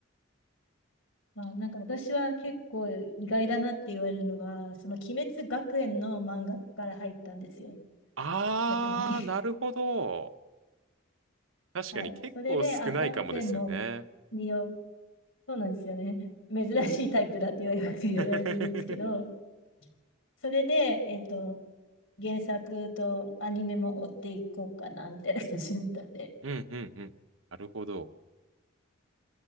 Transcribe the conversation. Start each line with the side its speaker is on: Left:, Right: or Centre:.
Left: まあ、なんか私は結構意外だなって言われるのが、その鬼滅学園の漫画から入ったんですよ。
Right: あー、
Left: 逆に。<laughs>
Right: なるほど。確かに結構少ないかもですよね。
Left: はい。それで、あ、本編も見よう。そうなんですよね。<laughs> 珍しいタイプだって言われ言われるんですけど、
Right: <laughs>
Left: それで、えっと、原作とアニメも追っていこうかな、みたいな感じだったんで。
Right: うんうんうん。なるほど。